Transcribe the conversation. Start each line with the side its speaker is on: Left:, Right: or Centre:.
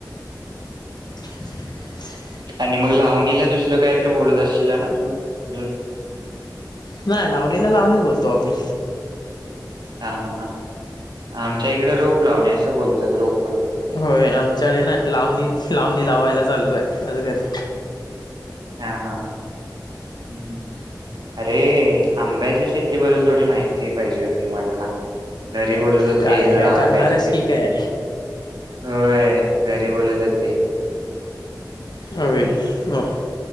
Left: <unintelligible>
Right: आणि मग लावणीला दुसरं काहीत बोलत असशल ना तुम्ही अून
Left: नाही लावणीला लावणीच बोलतो आम्ही
Right: हा हा हा आमच्या इकडे रोप लावणे असं बोलतात रोप
Left: होय आमच्याकडे ना लावणी लावणी लावायला चाललू आहे आजकाली
Right: हा हा हा हम् हम्म अरे. आंब्याच्या शेतीबद्दल थोडी माहिती पाहिजे होती मला घरी बोलत होते
Left: काय रे
Right: जरा
Left: काय करणारस
Right: आंब्याची शेती
Left: की काय
Right: होय घरी बोलत होते.
Left: अ म